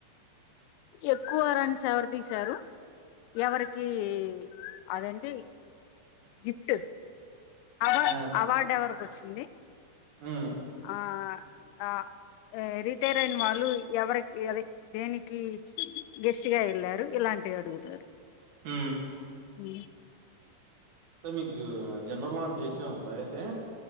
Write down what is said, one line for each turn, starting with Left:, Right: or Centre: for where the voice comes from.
Left: ఎక్కువ రన్స్ ఎవరు తీశారు ఎవరికి అదేంటి గిఫ్ట్ అవ
Right: ఆ
Left: అవార్డు ఎవరికి వచ్చింది.
Right: ఉమ్
Left: ఆఆ ఆ రిటైర్ అయిన వాళ్ళు ఎవరికి అది దేనికి కి గెస్ట్ గా వెళ్ళారు ఇలాంటివి అడుగుతారు
Right: ఉ
Left: అ
Right: ఐతే మీకు జనరల్ నాలెడ్జ్ ఎక్కువే ఉందా అయితే